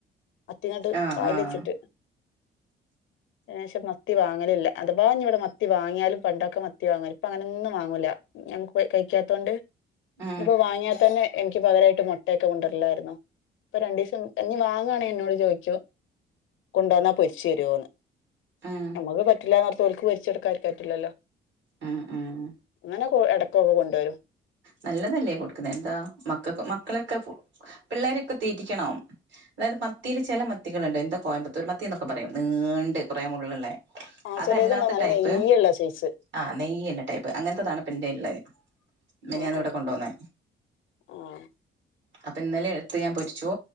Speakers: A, on the left (about 75°); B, on the right (about 65°).
A: മത്തിങ്ങാണ്ട്
B: ആഹ്
A: വായില്
B: ആഹ്
A: ച്ചിട്ട് അതിനേഷം മത്തി വാങ്ങലില്ല അഥവാഞ്ഞി വടെ മത്തി വാങ്ങ്യലും പണ്ടൊക്കെ മത്തി വാങ്ങ ഇപ്പൊ അങ്ങനെന്നും വാങ്ങൂല. ഞങ്ങക്ക് പോയ്‌ കയ്ക്കാത്തോണ്ട്
B: ഉം
A: ഇപ്പൊ വാങ്ങിയാ തന്നെ എനിക്ക് പകരയിട്ട് മൊട്ടയൊക്കെ കൊണ്ടുരല്ലായ്രുന്നു. ഇപ്പൊ രണ്ടീസം നീ വാങ്ങുണെ ന്നോട് ചോയ്ക്കും കുണ്ടേന്നാ പൊരിച് രോന്ന്.
B: ഉം
A: ഞമക്ക് പറ്റില്ലാന്നോർത്ത് ഓൽക് പോരിച്ചെടുക്കാരിക്കന് റ്റ്ല്ലല്ലോ.
B: ഉം ഉം
A: അങ്ങനെ കേ എടക്കൊക്കെ കൊണ്ടൊരും.
B: നല്ലതല്ലേ കൊട്ക്ക്ന്നെ ന്താ മക്കക്ക് മക്കളൊക്കെ പിള്ളേരൊക്കെ തീറ്റിക്കണം. അതായത് മത്തിയിൽ ചില മത്തിക്കൾ ണ്ട്‌ എന്താ കോയമ്പത്തൂർ മത്തി ന്നൊക്കെ പറയും നീണ്ട് കൊറെ മുള്ള്ള്ളെ.
A: ആ
B: അതല്ലാത്ത
A: ചെലേത് നല്ല
B: ടൈപ്പ്
A: നെയ്യുള്ള സൈസ്
B: ആ നെയ്യ് ള്ള ടൈപ്പ് അങ്ങൻത്തെതാണ് പിന്റെള്ളെഹ്. മിനിഞ്ഞാന്ന്
A: ആ
B: ഇവടെ കൊണ്ടന്നെ
A: ആ
B: അപ്പൊ ഇന്നലെ എട്ത്ത് ഞാൻ പൊരിച്ചു